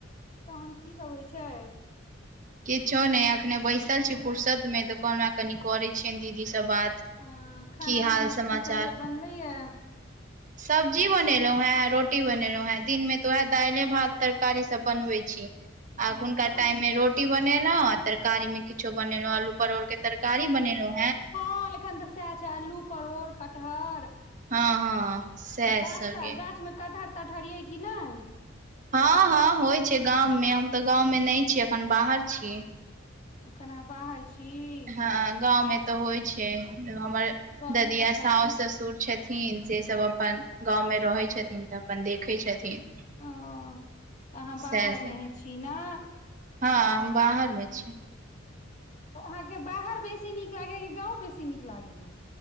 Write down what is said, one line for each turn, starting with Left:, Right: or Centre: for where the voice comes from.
Left: तहन की सब होइ छय
Right: किछो ने अ एखने बैसल छी फुरसत में कहलौहें कनि करे छियनि दीदी सब बात
Left: अ खाना
Right: की हाल
Left: पीना
Right: समाचार
Left: की सब बनले य
Right: सब्जी बनेलहुँ हें रोटी बनेलहुं हें दिन में तऽ उएह दाइल भात तरकारीसभ बनबैत छी आुनका
Left: ओ
Right: टाइम में रोड रोटी बनेलों आ तरकारी में किछो बनेलों आलू परोड़ के तरकारी बनेलों
Left: हँ एखन तऽ सएह छै अल्लू परोड़ कटहर
Right: हँ हँ सएह
Left: गाछ
Right: सब
Left: त
Right: ये
Left: गाछ में कटहर तटहर ये कि नहि
Right: हँ हँ होइ छै गाममें हम तऽ गाँवमे नहि छीयै अखन बाहर छी
Left: एना बाहा छी
Right: हँ गाँंव में तऽ होइ छै हमर
Left: गाँव
Right: ददिया
Left: मे कटहर
Right: सास
Left: छी
Right: ससुर छइथ न से सब अपन गाँवमे रहै छथिन तऽ अपन देखै छथिन
Left: ओ अहाँ बाहर
Right: सएह सब
Left: में हे छी ने
Right: हँ हम बाहर में छी
Left: तऽ अहाँके बाहर बेसी नीक लागैया कि गाँंव बेसी नीक लागैया